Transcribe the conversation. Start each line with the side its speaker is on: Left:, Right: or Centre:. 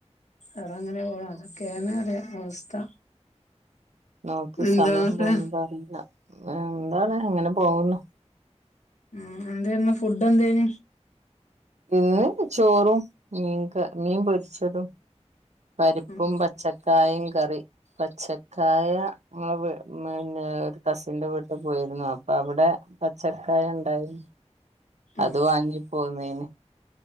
Left: അതങ്ങനെപോണ് അതൊക്കെയാണ് അവസ്ഥ-
Right: നോക്കി
Left: എന്താന്നിട്ട്
Right: സമയം പോകുന്നത് അറിയില്ല എന്താണ് അങ്ങനെ പോകുന്നു
Left: ഉം എന്താരുന്നു ഫുഡ് എന്തേന്
Right: ഇന്ന് ചോറും മീൻ ക മീൻ പൊരിച്ചതും പരിപ്പും
Left: ഉം
Right: പച്ചക്കായും കറി പച്ചക്കായ ഞങ്ങളെ പിന്നെ കസിന്റെ വീട്ടിൽ പോയിരുന്നു അപ്പൊ അവിടെ പച്ചക്കായ ണ്ടായിരുന
Left: ഉം
Right: അത് വാങ്ങി പൊന്നിനി